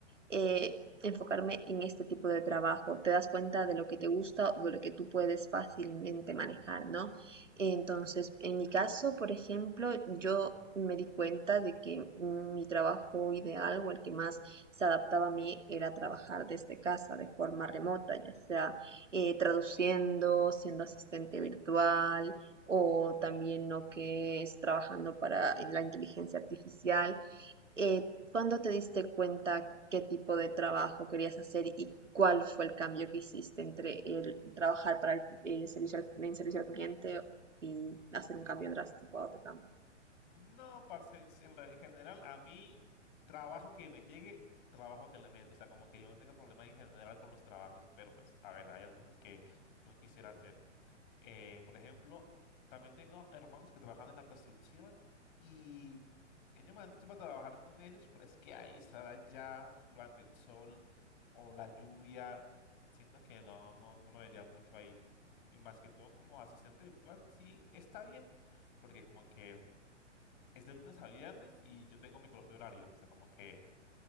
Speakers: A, on the right; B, on the left.
A: eh, enfocarme en este tipo de trabajo. Te das cuenta de lo que te gusta o de lo que tú puedes fácilmente manejar, ¿no? Entonces, en mi caso, por ejemplo, yo me di cuenta de que mi trabajo ideal o el que más se adaptaba a mí era trabajar desde casa de forma remota, ya sea eh, traduciendo, siendo asistente virtual o también lo que es trabajando para la inteligencia artificial. Eh, ¿cuándo te diste cuenta qué tipo de trabajo querías hacer y cuál fue el cambio que hiciste entre el trabajar para el eh, servicio al- en servicio al cliente y hacer un cambio drástico a otro cambio?
B: No, parce, en, en re- en general, a mí, trabajo que me llegue, trabajo que le meto. O sea, como que yo no tengo problema en general con los trabajos, pero pues, a ver, hay algunos que no quisiera hacer. Eh, por ejemplo, también tengo hermanos que trabajan en la construcción y ellos me han dicho para trabajar con ellos, pero es que ahí estar allá durante el sol o la lluvia, siento que no, no, no me vería mucho ahí. Y más que todo como asistente virtual, sí está bien, porque como que es de lunes a viernes y yo tengo mi propio horario. O sea, como que